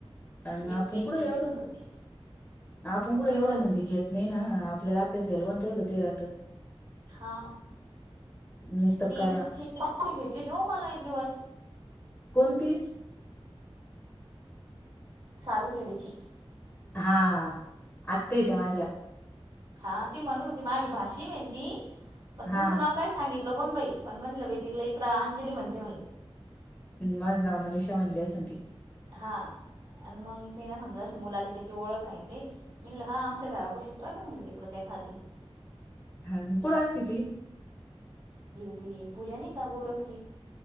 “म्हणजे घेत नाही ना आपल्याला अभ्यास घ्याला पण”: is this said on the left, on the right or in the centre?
Left